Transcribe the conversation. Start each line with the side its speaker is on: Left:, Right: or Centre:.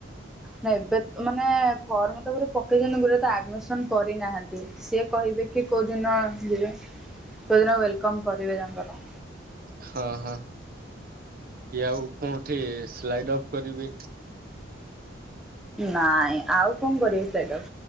Centre: ହଁ, ଏବେ ମାନେ ଫର୍ମ ତ ଗୁରେ ପକେଇଛନ୍ତି, ଗୁରେ ତ ଆଡ୍ ମିସନ୍ କରିନାହାଁନ୍ତି। ସିଏ କହିବେ କି, କୋଉ ଦିନ ଯିବେ? କଉ ଦିନ ୱେଲ୍ କମ୍ କରିବେ ତାଙ୍କର?
Right: ହଁ, ହଁ, ଇଏ ଆଉ କୋଉଁଠି ସ୍ଲାଇଡ୍ ଅଫ୍ କରିବେ?
Centre: ନାଇଁ, ଆଉ କଣ କରିବି, ସ୍ଲାଇଡ଼ର୍?